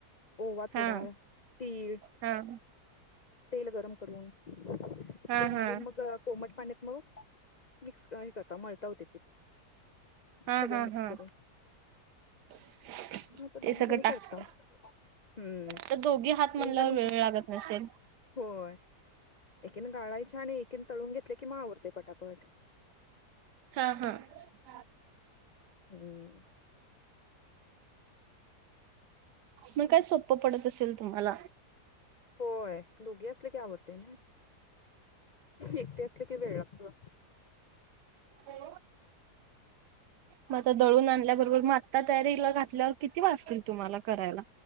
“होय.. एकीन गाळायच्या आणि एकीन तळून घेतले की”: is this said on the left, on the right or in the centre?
Left